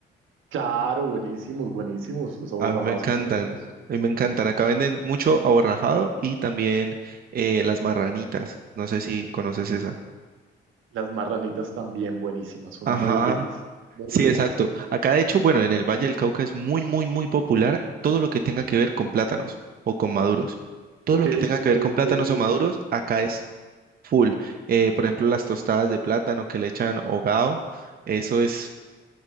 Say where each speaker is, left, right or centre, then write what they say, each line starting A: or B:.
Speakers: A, on the right; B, on the right.
A: Claro, buenísimos, buenísimos. Los aborrajados
B: A mí me encantan,
A: son buenísimos.
B: a mí me encantan. Acá venden mucho aborrajado y también eh, las marranitas. No sé si conoces esa.
A: Las marranitas también buenísimas, son
B: Ajá,
A: muy ricas, muy
B: Sí,
A: ricas.
B: exacto. Acá, de hecho, bueno, en el Valle del Cauca es muy, muy, muy popular todo lo que tenga que ver con plátanos o con maduros. Todo
A: Ok,
B: lo que tenga
A: ok,
B: que ver con
A: ok,
B: plátanos
A: ok,
B: o maduros,
A: ok.
B: acá es full. Eh, por ejemplo, las tostadas de plátano que le echan hogao, eso es